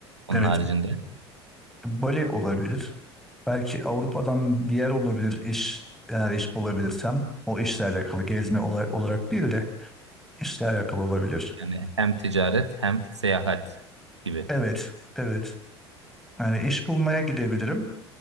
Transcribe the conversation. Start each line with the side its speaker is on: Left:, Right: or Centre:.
Right: Onun
Centre: evet,
Right: haricinde
Centre: Bali olabilir. Belki Avrupa'dan bir yer olabilir iş. Eğer iş bulabilirsem o işle alakalı gezme olay- olarak değil de işle alakalı olabilir.
Right: yani hem ticaret hem seyahat gibi.
Centre: Evet, evet. Yani iş bulmaya gidebilirim